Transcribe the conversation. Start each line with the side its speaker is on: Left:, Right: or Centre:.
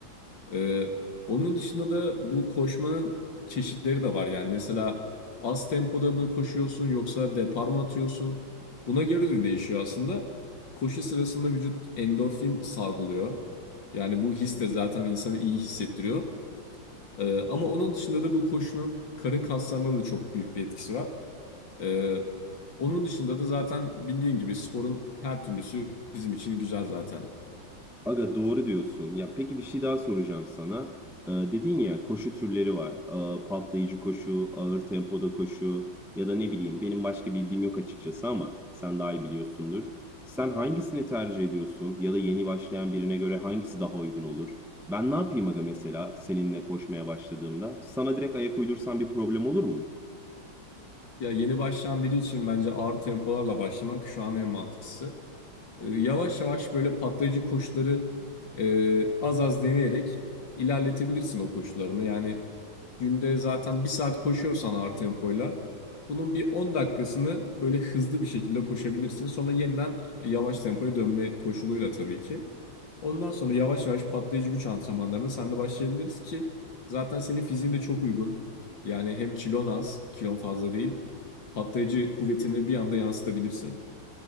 Left: Ee, onun dışında da bu koşmanın çeşitleri de var. Yani mesela az tempoda mı koşuyorsun yoksa depar mı atıyorsun? Buna göre de değişiyor aslında. Koşu sırasında vücut endorfin salgılıyor. Yani bu his de zaten insanı iyi hissettiriyor. Ee, ama onun dışında da bu koşunun karın kaslarına da çok büyük bir etkisi var. Ee, onun dışında da zaten bildiğin gibi sporun her türlüsü bizim için güzel zaten.
Centre: Aga doğru diyorsun. Ya peki bir şey daha soracağım sana. Ee, dedin ya koşu türleri var. Ee, patlayıcı koşu, ağır tempoda koşu ya da ne bileyim benim başka bildiğim yok açıkçası ama sen daha iyi biliyorsundur. Sen hangisini tercih ediyorsun ya da yeni başlayan birine göre hangisi daha uygun olur? Ben ne yapayım aga mesela seninle koşmaya başladığımda? Sana direkt ayak uydursam bir problem olur mu?
Left: Ya yeni başlayan biri için bence ağır tempolarla başlamak şu an en mantıklısı. E, Yavaş yavaş böyle patlayıcı koşuları e, az az deneyerek ilerletebilirsin o koşularını. Yani günde zaten bir saat koşuyorsan ağır tempoyla bunun bir 10 dakikasını böyle hızlı bir şekilde koşabilirsin. Sonra yeniden yavaş tempoya dönme koşuluyla tabii ki. Ondan sonra yavaş yavaş patlayıcı güç antrenmanlarına sen de başlayabiliriz ki zaten senin fiziğin de çok uygun. Yani hem kilon az, kilon fazla değil. Patlayıcı kuvvetini bir anda yansıtabilirsin.